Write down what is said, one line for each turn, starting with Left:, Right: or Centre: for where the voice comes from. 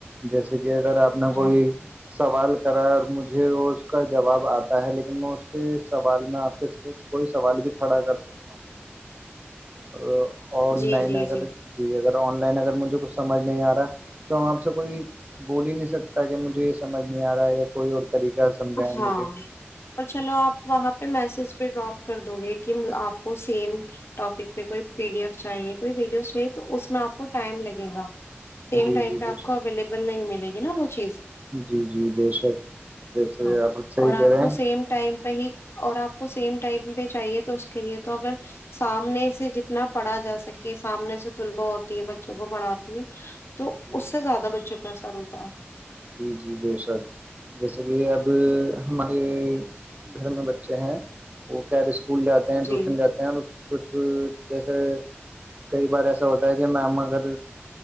Right: جیسے یہ اگر آپ نے کوئی
Left: ہاں
Right: سوال کرا اور مجھے اس کا جواب آتا ہے لیکن میں اس کے سوال میں آپ کے صرے کوئی سوال بھی کھڑا کر سکتا ہوں اور اور نائ
Left: جی جی
Right: ن اگر
Left: جی
Right: جیے گا آن لن اگر مجے کچ سمجھ نہیں آ رہا تو آپ سے کوئی بول ہی نہیں سکتا کہ مجھے یہ سمج نہیں آ رہا ہے یا کوئی اور طریقہ سمجھائے
Left: ہاں
Right: مجھے
Left: اور چلو آپ وہاں پہ میسج بھی ڈراپ کر دو گے کہ آپ کو سیم ٹاپک پہ کوئی پی ڈی ایف چاہیے کوئی ویڈیوز چاہیے تو اس میں آپ کو ٹائم لگے گا سیم
Right: جی
Left: ٹائم
Right: جی
Left: پہ آپ
Right: بے شک
Left: کو اویلیبل نہیں ملے گی نا وہ چیز
Right: جی جی بے شک جیسے
Left: ہاں
Right: آپ صحیح
Left: اور
Right: کہہ
Left: آپ
Right: رہے
Left: کو
Right: ہیں
Left: سیم ٹائم پہ ہی اور آپ سیم ٹائم پہ چاہیے تو اس کے لیے تو اگر سامنے سے جتنا پڑھا جا سکے سامنے سے طلباء ہوتی ہے بچوں کو پڑھاتی ہے تو
Right: جی
Left: اس سے زیادہ بچے چک سر ہوتا ہے
Right: جی جی بےشک جیسے کہ اب ہمارے گھر میں بچے ہیں وہ کہ اسکول جاتے ہیں
Left: جی
Right: ٹیوشن جاتے ہیں اور کچھ جیسے کئی بار ایسا ہوتا ہے کہ میم اگر